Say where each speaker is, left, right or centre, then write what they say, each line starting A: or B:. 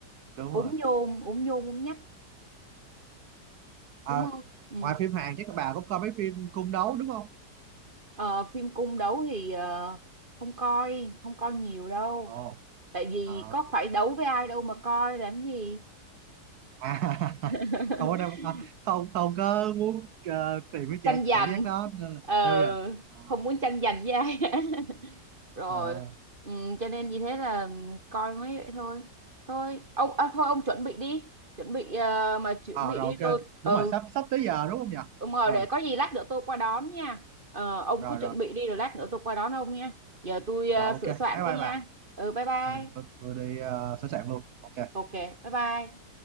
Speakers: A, on the right; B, on the right.
A: đúng
B: ốm
A: rồi
B: nhôm ốm nhôm ốm nhách
A: à,
B: đúng không ừ.
A: ngoài phim Hàn chắc các bà cũng coi mấy phim cung đấu đúng không
B: Ờ, phim cung đấu thì ờ, không coi không coi nhiều đâu
A: ồ
B: tại vì
A: à,
B: có phải đấu với ai đâu mà coi làm gì
A: à <laughs>
B: <laughs>
A: không có đâu à, không không có muốn ờ, tìm cái
B: tranh
A: cha-
B: giành
A: cảm giác đó nên là
B: ờ,
A: đâu vậy à,
B: không muốn tranh giành với ai <laughs> rồi
A: ờ.
B: ừ, cho nên vì thế là coi mấy vậy thôi thôi ông à, thôi ông chuẩn bị đi chuẩn bị ờ, mà chuẩn
A: Ờ,
B: bị
A: rồi
B: đi
A: ok
B: tôi ừ
A: đúng rồi sắp sắp tới giờ đúng không nhỉ
B: Đúng rồi,
A: ờ
B: để có gì lát nữa tôi qua đón nha. Ờ, ông
A: rồi
B: cứ chuẩn
A: rồi
B: bị đi rồi lát nữa tôi qua đón ông nha. Giờ tôi ờ,
A: rồi ok
B: sửa
A: bye
B: soạn cái
A: bye
B: nha.
A: bà
B: Ừ, bye bye.
A: ừ, tôi, tôi đi uh, sẵn sàng luôn ok
B: Ok, bye bye.